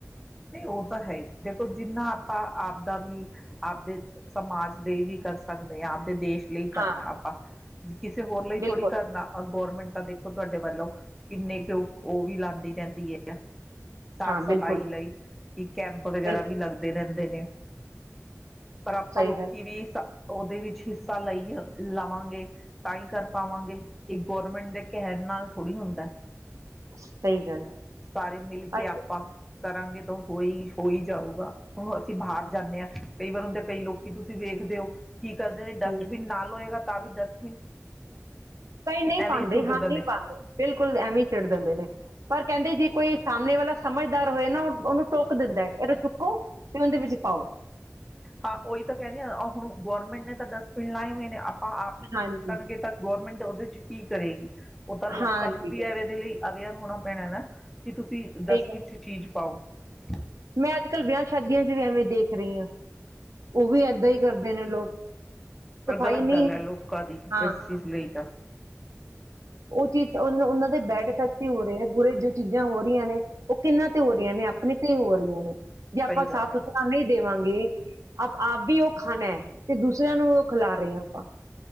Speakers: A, in the centre; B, on the right.
A: ਨਹੀਂ ਉਹ ਤਾਂ ਹੈ ਹੀ ਦੇਖੋ ਜਿੰਨਾ ਆਪਾਂ ਆਪਦਾ ਵੀ ਆਪਦੇ ਸਮਾਜ ਲਈ ਵੀ ਕਰ ਸਕਦੇ ਹਾਂ ਆਪਦੇ ਦੇਸ਼ ਲਈ ਕਰਨਾ
B: ਹਾਂ
A: ਆਪਾਂ ਜੇ ਕਿਸੇ ਹੋਰ ਲਈ
B: ਬਿਲਕੁਲ
A: ਥੋੜੀ ਕਰਨਾ ਗੌਰਮੈਂਟ ਤਾਂ ਦੇਖੋ ਤੁਹਾਡੇ ਵੱਲੋਂ ਕਿੰਨੇ ਕੁ ਉਹ-ਉਹ ਵੀ ਲਾਉਂਦੀ ਰਹਿੰਦੀ ਹੈ ਆ ਸਾਫ਼
B: ਹਾਂ
A: ਸਫ਼ਾਈ
B: ਬਿਲਕੁਲ
A: ਲਈ ਕਿ ਕੈਂਪ ਵਗੈਰਾ
B: ਬਿਲਕੁਲ
A: ਵੀ ਲੱਗਦੇ ਰਹਿੰਦੇ ਨੇ ਪਰ ਆਪਾਂ
B: ਸਹੀ
A: ਲੋਕੀ
B: ਗੱਲ
A: ਵੀ ਉਹਦੇ ਵਿੱਚ ਹਿੱਸਾ ਲਈ ਲਵਾਂਗੇ ਤਾਂ ਹੀ ਕਰ ਪਾਵਾਂਗੇ, ਇਹ ਗੌਰਮੈਂਟ ਦੇ ਕਹਿਣ ਨਾਲ ਥੋੜ੍ਹੀ ਹੁੰਦਾ
B: ਸਹੀ ਗੱਲ ਹੈ
A: ਸਾਰੇ ਮਿਲ ਕੇ
B: ਅੱਜ
A: ਆਪਾਂ ਕਰਾਂਗੇ ਤਾਂ ਹੋਈ ਹੋਈ ਜਾਊਗਾ ਹੁਣ ਅਸੀ ਬਾਹਰ ਜਾਨੇ ਹਾਂ ਕਈ ਵਾਰ ਹੁੰਦੇ ਕਈ ਲੋਕੀ ਤੁਸੀਂ ਵੇਖਦੇ ਹੋ ਕੀ ਕਰਦੇ ਨੇ ਡਸਟਬਿਨ
B: ਹੈ।
A: ਨਾਲ ਹੋਏਗਾ ਤਾਂ ਵੀ ਦਸਵੀ
B: ਕਈ ਨਹੀਂ ਪਾਉਂਦੇ
A: ਹੀ ਸੁੱਟ
B: ਹਾਂ
A: ਦਿੰਦੇ
B: ਨਹੀਂ ਪਾਉਂਦੇ ਬਿਲਕੁਲ, ਐਵੇਂ ਸਿੱਟ ਦਿੰਦੇ ਨੇ ਪਰ ਕਹਿੰਦੇ ਜੇ ਕੋਈ ਸਾਹਮਣੇ ਵਾਲਾ ਸਮਝਦਾਰ ਹੋਏ ਨਾ ਉਹਨੂੰ ਟੋਕ ਦਿੰਦਾ ਇਥੋਂ ਚੁੱਕੋ ਕਿ ਉਹਦੇ ਵਿੱਚ ਪਾਓ
A: ਹਾਂ ਉਹੀ ਤਾਂ ਕਹਿ ਰੀ ਆ ਹੁਣ ਗੌਰਮੈਂਟ ਨੇ ਤਾਂ ਡਸਟਬਿਨ ਲਾਏ ਹੋਏ ਨੇ ਆਪਾਂ ਆਪ ਹੀ ਨਾ
B: ਹਾਂਜੀ
A: ਸੁੱਟਣਗੇ ਤਾਂ ਗੌਰਮੈਂਟ ਉਹਦੇ ਚ ਕੀ ਕਰੇਗੀ ਉਹ ਤਾਂ ਲੋਕਾਂ
B: ਹਾਂਜੀ
A: ਨੂੰ ਵੀ
B: ਬਿਲਕੁਲ
A: ਐਵੇ ਇਹਦੇ ਲਈ ਅਵੇਅਰ ਹੋਣਾ ਪੈਣਾ ਨਾ ਕੀ ਤੁਸੀਂ ਡਸਟਬਿਨ
B: ਸਹੀ ਗੱਲ
A: ਚ ਚੀਜ਼ ਪਾਓ <unintelligible>
B: ਮੈਂ ਅੱਜ-ਕੱਲ ਵਿਆਹ ਸ਼ਾਦੀਆਂ ਚ ਵੀ ਐਵੇਂ ਦੇਖ ਰਹੀ ਹਾਂ, ਉਹ ਵੀ ਏਦਾਂ ਹੀ ਕਰਦੇ ਨੇ ਲੋਕ
A: ਪਰ
B: ਸਫਾਈ
A: ਗ਼ਲਤ
B: ਨਹੀਂ
A: ਗੱਲ ਹੈ ਲੋਕਾਂ ਦੀ
B: ਹਾਂ
A: ਇਸ ਚੀਜ਼ ਲਈ ਤਾਂ
B: ਉਹ ਚੀਜ਼ ਉਹਨਾਂ ਦੇ ਬੈਡ ਇਫੈਕਟ ਹੀ ਹੋ ਰਹੇ ਹੈ। ਬੁਰੇ ਜੋ ਚੀਜ਼ਾਂ ਹੋ ਰਹੀਆਂ ਨੇ ਉਹ ਕਿਹਨਾਂ ਤੇ ਹੋ ਰਹੀਆਂ ਨੇ ਆਪਣੇ ਤੇ ਹੋ ਰਹੀਆਂ ਨੇ ਜੇ ਆਪਾਂ
A: ਸਹੀ ਗੱਲ
B: ਸਾਫ਼
A: ਹੈ।
B: ਸੁਥਰਾ ਨਹੀਂ ਦੇਵਾਂਗੇ ਆਪ ਆਪ ਵੀ ਉਹ ਖਾਣਾ ਹੈ, ਤੇ ਦੂਸਰਿਆਂ ਨੂੰ ਉਹ ਖਿਲਾ ਰਹੇ ਆ ਆਪਾਂ